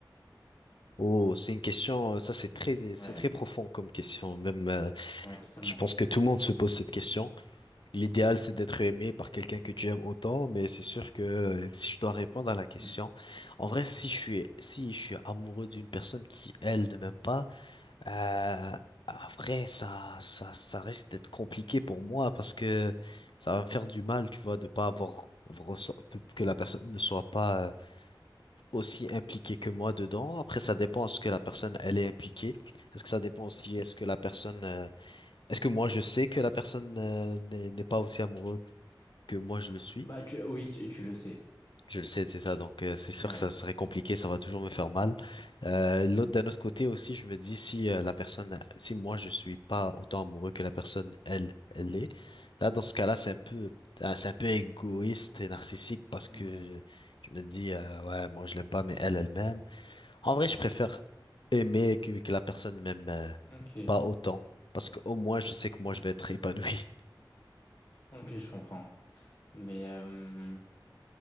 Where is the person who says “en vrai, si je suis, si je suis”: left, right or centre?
Left